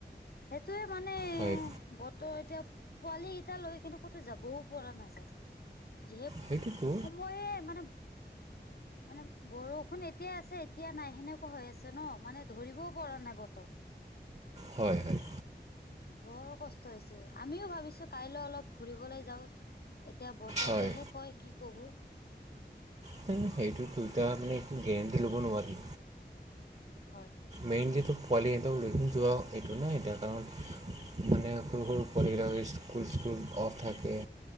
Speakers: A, on the left; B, on the right.
A: সেইটোয়ে মানে
B: হয়
A: বতৰ এতিয়া পোৱালি কেইটা লৈ কিন্তু ক'তো যাবও পৰা নাযায় যিহে
B: সেইটোতো
A: মই এ মানে মানে বৰষুণ এতিয়া আছে এতিয়া নাই সেনেকুৱা হৈ আছে ন, মানে ধৰিব পৰা নাই বতৰ।
B: হয় হয়
A: বৰ কষ্ট হৈছে। আমিও ভাবিছো কাইলৈ অলপ ঘুৰিবলৈ যাওঁ, এতিয়া বতৰেহে
B: হয়
A: কয় কি কব।
B: সেই সেইটো দুয়টা মানে একো গেৰেণ্টি ল'ব নোৱাৰি।
A: হয় হয়।
B: মেইনলি পোৱালি হঁতক ৰহি যোৱা এইটো নাই এতিয়া কাৰণ। মানে সৰু সৰু পোৱালি কেইটা স্কুল স্কুল অফ থাকে।